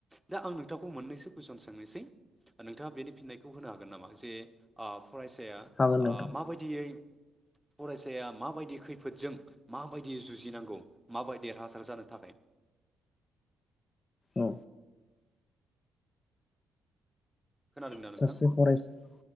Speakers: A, in the centre; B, on the left (about 35°).
A: दा आं नोंथांखौ मोननैसो कुइसन सोंनोसै नोंथाङा बेनि फिननायखौ होनो हागोन नामा जे ओ फरायसाया
B: हागोन नोंथां
A: ओ माबायदियै फरायसाया माबायदि खैफोदजों माबायदियै जुजिनांगौ माबाय देरहासार जानो थाखाय
B: औ
A: खोनादोंना
B: सासे
A: नोंथां
B: फरायसा